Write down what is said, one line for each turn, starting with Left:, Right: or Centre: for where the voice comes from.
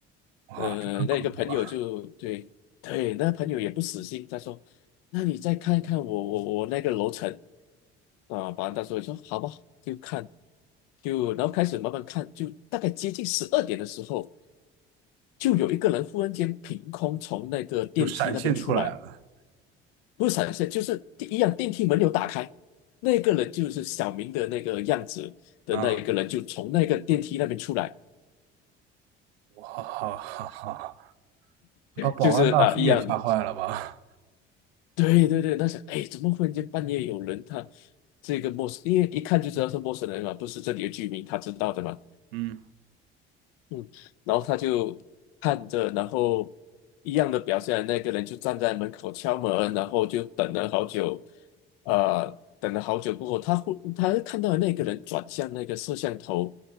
Right: 哇，
Left: 呃，
Right: 这更恐怖了，
Left: 那个朋友就对对，那朋友也不死心，他说：“那你再看一看我我我那个楼层啊。”保安大叔也说：“好吧，就看，就然后开始慢慢看，就大概接近十二点的时候，就有一个人忽然间凭空从那个电梯那边出来，
Right: 就闪现出来了
Left: 不是闪现，就是第一样电梯门有打开，那个人就是小明的那个样子的那一个人，
Right: 啊！
Left: 就从那个电梯那边出来，
Right: 哇哈哈哈，把保安大叔也吓坏了吧？
Left: 就是啊、一样。”对对对，那想，哎，怎么忽然间半夜有人他这个陌生，因为一看就知道是陌生人嘛，不是这里的居民，他知道的嘛。
Right: <laughs> 嗯
Left: 嗯，然后他就看着，然后一样的表现，那个人就站在门口敲门，然后就等了好久，呃，等了好久过后，他忽他看到那个人转向那个摄像头，